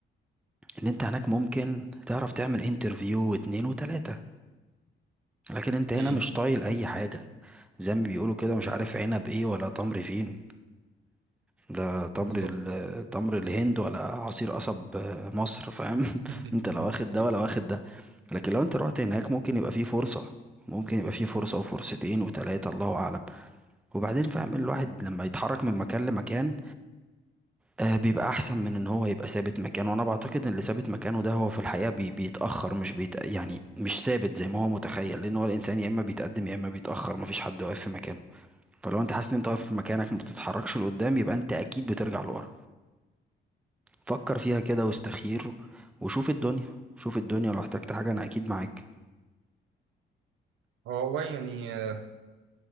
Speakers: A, in the centre; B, on the right.
A: ان انت هناك ممكن تعرف تعمل انترفيو واتنين وتلاتة لكن انت هنا
B: امم
A: مش طايل اي حاجة زي ما بيقولوا كده مش عارف عنب ايه ولا تمر فين لا تمر
B: بالظبط
A: ال... تمر الهند ولا عصير قصب مصر فاهم
B: <laughs>
A: <laughs> انت لا واخد ده ولا واخد ده لكن لو انت رحت هناك ممكن يبقى فيه فرصة ممكن يبقى فيه فرصة وفرصتين وتلاتة الله أعلم وبعدين فاهم الواحد لما يتحرك من مكان لمكان آه بيبقى أحسن من إن هو يبقى ثابت مكانه وأنا بعتقد إن اللي ثابت مكانه ده هو في الحقيقة بي بيتأخر مش بيت يعني مش ثابت زي ما هو متخيل لأن هو الإنسان يا إما بيتقدم يا إما بيتأخر مفيش حد واقف في مكانه فلو أنت حاسس إن أنت واقف في مكانك ما بتتحركش لقدام يبقى أنت أكيد بترجع لورا فكر فيها كده واستخير وشوف الدنيا شوف الدنيا لو احتجت حاجة أنا أكيد معاك
B: هو والله يعني آه،